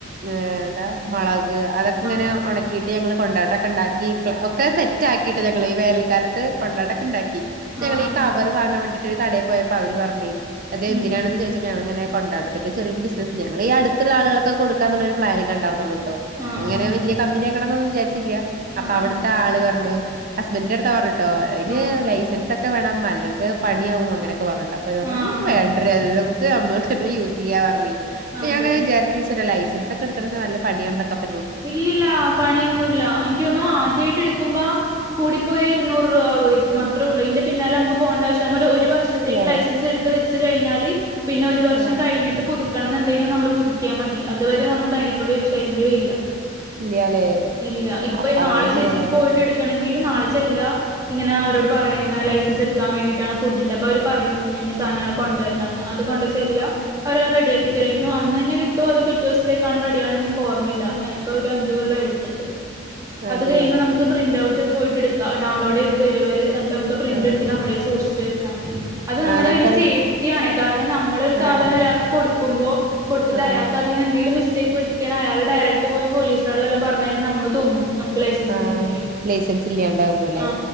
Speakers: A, on the right; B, on the right.
A: ഏതാ മളക് അതൊക്ക്ങ്ങനെ
B: ആ
A: ഉണക്കീട്ട് ഞങ്ങള് കൊണ്ടാട്ടൊക്കെ ഇണ്ടാക്കി ഒക്കെ സെറ്റാക്കിയിട്ടൊ ഞങ്ങള് ഈ വേനൽക്കാലത്ത് കൊണ്ടാട്ടൊക്കെണ്ടാക്കി ഇ ഞങ്ങളീ
B: ആ ആ
A: കവറ് വാങ്ങാൻ വേണ്ടി കടയി പോയപ്പൊ അവര് പറഞ്ഞെ അതെന്തിനാണെന്ന്
B: ഉം.
A: ചോദിച്ചപ്പോ ഞളിങ്ങനെ കൊണ്ടാട്ടത്തിന്റെ ചെറിയൊരു ബിസിനസ് ഞങ്ങളി അട്ത്ത്ള്ള ആളുകൾക്ക കൊടുക്കാന്നു ള്ളൊരു പ്ലാനിങ്ങെ ഇണ്ടാർന്നുള്ളു <unintelligible>
B: ആഹ്
A: അങ്ങനെ
B: ആഹ്.
A: വല്യ കമ്പിനിയാ ക്കണന്നൊന്ന് വിചാരിച്ചില്ല അപ്പൊ
B: ആഹ്
A: അവിട്ത്തെ
B: ആഹ്.
A: ആള് പറഞ്ഞു ഹസ്ബന്റ് ട്താ പറ് ട്ടോ അയിന്
B: ആഹ്
A: ലൈസൻസൊക്കെ ട്ട വേണം അല്ലെങ്ക പണിയാവും അങ്ങനൊക്കെ പറഞ് അപ്പവര് പറഞ്ഞു
B: ആഹ്.
A: നമുക്ക് വേണ്ടെടീ അത് നമുക്ക് തേ അമ്മക് യൂസീയ്യ പറഞ്ഞുയ്. അപ്പൊ
B: അതെ.
A: ഞാനിങ്ങനെ വിചാരിച് ഈശ്വര ലൈഫ് ഫ്രണ്ട്‌സൊക്കെ എടുക്കണച നല്ല പണിയാണ്ന്നൊക്കെ പ
B: ഇല്ലില്ല പണിയൊന്നുല്ല എൻക്ക് തോന്നുന്നു ആദ്യായിട്ട് എടുക്കുമ്പോ കൂടിപ്പോയ ഇരുന്നൂറ് രൂപ ആവാ യിരിക്കും അത്രെള്ളു ഈന്റെ പിന്നാലെ നമുക്ക് പോണ്ട ആവശ്യം ഞാ ഒരു ഒരു വർഷത്തേക്ക്
A: മനസ്സിലേ
B: ലൈസൻസ് എടുത്ത് വച്ച് കഴി ഞാലി പിന്നെ ഒരു വർഷം
A: ആഹ്
B: കഴിഞ്ഞിട്ട് പുതു ക്കണം എന്ന്ണ്ടേലും നമ്മള് പുതുക്കിയ മതി. അതുവരെ നമ്മക്ക് അതിനെക്കൊണ്ട് ഒരു ശല്ല്യോല്ല
A: ഇല്ല്യാലേ
B: ഇല്ല ഇപ്പ
A: അപ്പൊ
B: നാളെ
A: അങ്ങനെ
B: ചേച്ചിക്ക്
A: ചെയ്യാലേ
B: പോയിട്ട് ഇട്ക്കണങ്കി നാളെ ചെല്ലാ. ഇങ്ങന അവരോട് പറയ ഇങ്ങനെ ലൈസൻസ് എടുക്കാൻ വേണ്ടിട്ടാണ് ഫുഡിന്റെ അപ്പൊ അവര് പറയും ഇന്നന്ന സാധനങ്ങൾ കൊണ്ടുവരണംന്ന് അത് കൊണ്ട് ചെല്ല. അപ്പൊ അവര് റെഡിയാക്കി തരും. എൻക് അന്ന് തന്നെ കിട്ടോ അതോ പിറ്റേ ദിവസത്ക്കാണോ റെഡി ആവ്ണെ ൻക് ഓർമ്മയില്ല ഏഹ് ഇപ്പൊ ഒരു അഞ്ച് കൊല്ലായി എട് ത്തിട്ട് അത്
A: അതെ
B: കയ്യുമ്പോ നമുക്ക് പ്രിന്റ് ഔ ട്ട് പോയിട്ട് എടുക്ക ഡൗൺലോഡീത് തരോ അവര് ഞമ്മക്ക് പ്രിന്റ്
A: ആഹ്
B: എടുത്തിട്ട് നമ്മടെ സൂക്ഷിച് വെച സമ്മന്തി അത് നമ്മടെ
A: ആഹ് നമുക്കത്
B: കയ്യില് സേഫ്റ്റിയാണ് കാരണം നമ്മളൊരു സാധനം
A: ആഹ്
B: ഒരാക്ക് കൊടു കുമ്പോ കൊട്ത്ത്ട്ട്
A: ആഹ്
B: അയാൾക്കതിന്ന് എന്തേലും മിസ് റ്റെയ്ക്ക് പറ്റിക്ക്ണെ അയാള് ഡയറക്റ്റ് ഇട്ട് പോലീസിനോട് വല്ല പറഞ്ഞെഴിഞ്ഞ നമ്മള് തൂങ്ങും നമുക്ക് ലൈസൻസ്
A: ആഹ്
B: ഇല്ലെങ്കില്
A: ലൈസൻസ് ഇല്ലാണ്ടാകുമ്പോല്ലേ
B: ആ